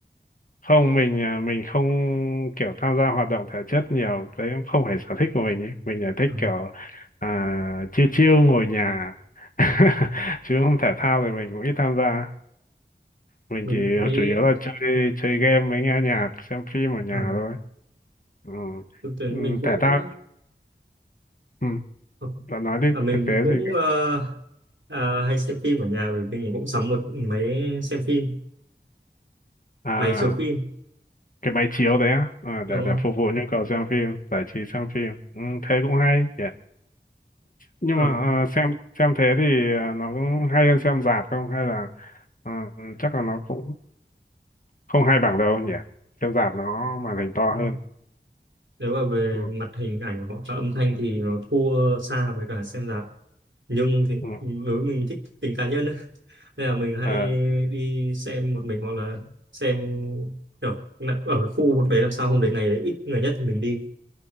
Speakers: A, on the left; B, on the right.
A: không mình à, mình không kiểu tham gia hoạt động thể chất nhiều đấy cũng không phải sở thích của mình ý. mình là thích
B: Ừ,
A: kiểu à, chiêu chiêu ngồi nhà <laughs> chứ không thể thao thì mình cũng ít tham gia mình
B: mình
A: chỉ
B: cũng thấy
A: chủ yếu là chơi chơi game với nghe nhạc xem phim ở nhà
B: à,
A: thôi ừ.
B: thực tế
A: Ừ,
B: mình cũng
A: thể thao ừ.
B: ờ,
A: bạn nói đi
B: à, mình
A: thực tế
B: cũng
A: gì cả
B: ờ, à, hay xem phim ở nhà bởi vì mình cũng sắm một máy xem phim,
A: à
B: máy chiếu phim
A: cái máy chiếu đấy á à,
B: đúng
A: để để
B: không?
A: phục vụ nhu cầu xem phim giải trí xem phim ừ, thế cũng hay nhưng
B: Ờ,
A: mà à, xem xem thế thì à, nó cũng hay hơn xem rạp không hay là à, chắc là nó cũng không hay bằng đâu nhỉ xem rạp nó màn hình to
B: ừ.
A: hơn
B: nếu mà về
A: ừ,
B: mặt hình ảnh hoặc là âm thanh thì nó thua xa với cả xem rạp nhưng thì
A: ừ,
B: đối với mình thích tính cá nhân ấy. <laughs> nên là mình hay
A: ờ,
B: đi xem một mình hoặc là xem kiểu là ở cái khu vực đấy làm sao hôm đấy ngày đấy ít người nhất thì mình đi